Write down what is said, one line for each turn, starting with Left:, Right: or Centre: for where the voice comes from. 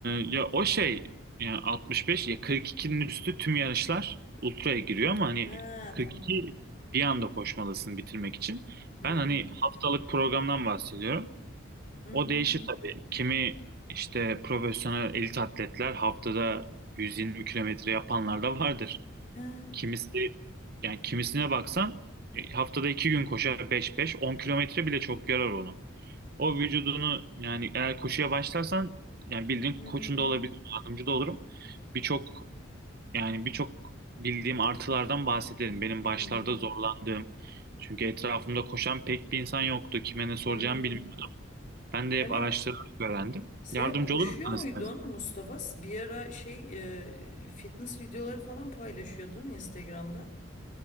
Right: ya o şey ya 65 ya 42'nin üstü tüm yarışlar ultraya giriyor ama hani
Left: Ha
Right: 42
Left: tamam.
Right: bir anda koşmalısın bitirmek için.
Left: Hı
Right: Ben
Left: hı
Right: hani haftalık programdan bahsediyorum.
Left: hı
Right: O
Left: hı
Right: değişir tabii. Kimi işte profesyonel elit atletler haftada 120 kilometre yapanlar da vardır.
Left: Ha,
Right: Kimisi yani kimisine baksan e, haftada 2 gün koşar 5-5 10 kilometre bile çok yarar onu. O vücudunu yani eğer koşuya başlarsan yani bildiğin
Left: hı hı
Right: koçun da olabilirim, yardımcı da olurum. Birçok yani birçok bildiğim artılardan bahsederim. Benim başlarda
Left: hı hı.
Right: zorlandığım. Çünkü etrafımda koşan pek bir insan yoktu. Kime ne soracağımı
Left: hı hı.
Right: bilmiyordum. Ben de
Left: Sen
Right: hep araştırarak
Left: hep
Right: öğrendim.
Left: sen
Right: Yardımcı
Left: hep koşuyor
Right: olurum sana
Left: muydun
Right: zaten.
Left: Mustafa? Bir ara şey e, fitness videoları falan paylaşıyordun Instagram'da.